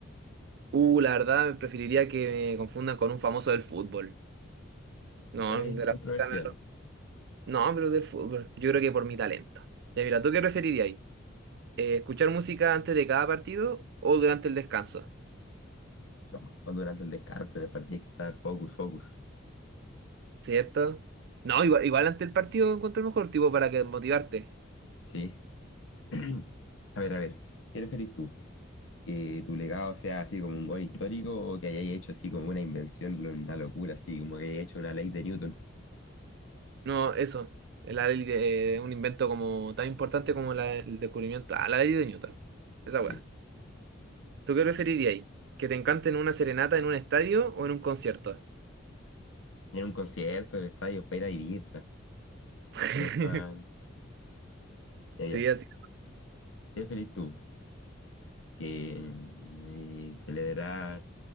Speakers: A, on the right; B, on the left.
A: Uh, la verdad, preferiría que me confundan con un famoso del fútbol. No,
B: Igual ahí
A: de
B: es
A: la
B: controversial.
A: música No, pero del fútbol. Yo creo que por mi talento. Ya mira, ¿tú qué preferirías? Eh, ¿escuchar música antes de cada partido o durante el descanso?
B: No, no durante el descanso, en el partido hay que estar focus, focus.
A: ¿Cierto? No, igual, igual antes del partido encuentro el mejor tipo para que motivarte.
B: Sí. <clears throat> A ver, a ver, ¿qué preferís tú? ¿Que tu legado sea así como un gol histórico o que hayáis hecho así como una invención, lo- una locura, así como que hayáis hecho una ley de Newton?
A: No, eso. La ley de eh, un invento como tan importante como la- el descubrimiento. Ah, la ley de Newton. Esa
B: Sí.
A: weá. ¿Tú qué preferirías? ¿Que te encanten una serenata en un estadio o en un concierto?
B: En un concierto, en el estadio, para ir a vivirla.
A: <laughs>
B: No para... Ya,
A: Sí,
B: ya.
A: así.
B: ¿Qué preferís tú? ¿Que eh, celebrar